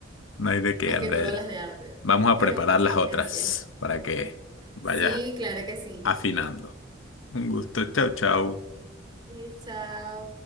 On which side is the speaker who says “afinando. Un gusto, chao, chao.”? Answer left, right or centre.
Left